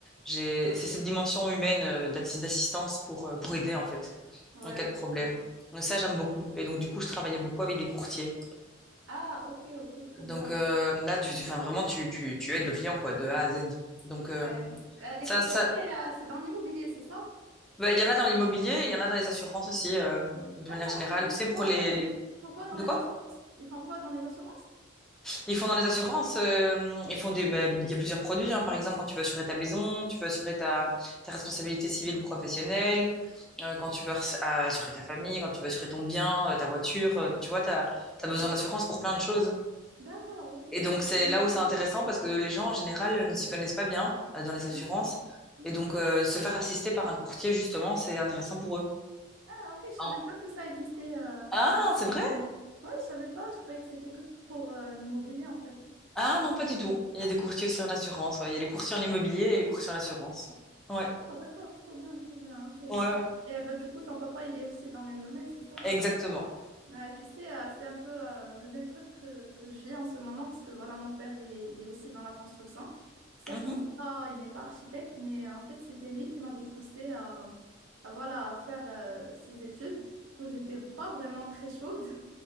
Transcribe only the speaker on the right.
Ouais,
ouais,
je vois.
Ah, ok, ok, trop
bien.
Hmm.
Ouais.
Euh, les
courtiers,
c'est euh, c'est dans l'immobilier, c'est ça?
D'accord.
Et Ils
font
quoi,
euh,
ils font quoi dans
les
assurances? Ils font quoi dans les assurances?
Hein?
D'accord, ok,
ok.
Mhm,
mhm, mhm.
Ah, ok, je savais
pas que ça existait. Euh,
dans
ce
domaine. Ouais, je savais pas, je croyais que c'était que pour euh, l'immobilier en fait.
D'accord, d'accord, trop bien, trop bien, ok.
Et bah, du coup, ton papa, il est aussi dans le même domaine, c'est ça?
Ouais, tu sais, euh, c'est un peu euh, le même truc que, que je vis en ce moment, parce que voilà, mon père, il, est il est aussi dans la construction. Certes,
il n'est pas, il n'est pas architecte, mais euh, en fait, c'était lui qui m'avait poussé à, à, voilà, à faire euh, ses études. Du coup, j'étais pas vraiment très chaude. <laughs>